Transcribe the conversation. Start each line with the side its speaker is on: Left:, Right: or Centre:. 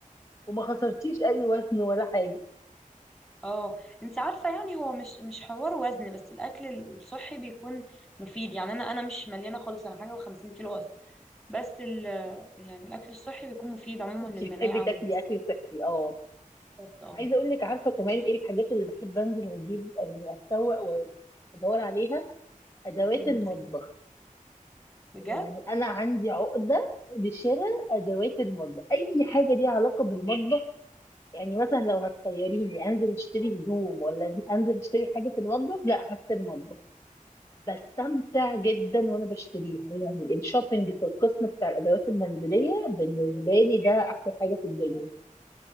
Left: وما خسرتيش اي وزن ولا حاجة
Centre: اه انت عارفه يعني هو مش مش حوار وزن بس الاكل الصحي بيكون مفيد يعني انا انا مش مليانه خالص انا حاجه و50 كيلو اصلا بس ال يعني الاكل الصحي بيكون مفيد عموما
Left: انت
Centre: للمناعه
Left: بتحبي تاكلي
Centre: وللجسم
Left: اكل صحي اه
Centre: بالظبط اه
Left: عايزه اقول لك عارفه كمان ايه الحاجات اللي بحب انزل اجيب يعني اتسوق وادور عليها ادوات
Centre: مم،
Left: المطبخ
Centre: زي بجد
Left: يعني انا عندي عقده لشراء ادوات المطبخ اي حاجه ليها علاقه بالمطبخ يعني مثلا لو هتخيريني انزل اشتري هدوم ولا انزل اشتري حاجه في المطبخ لا هشتري المطبخ بستمتع جدا وانا بشتريها يعني الشوبينج في القسم بتاع الادوات المنزليه بالنسبه لي ده احلى حاجه في الدنيا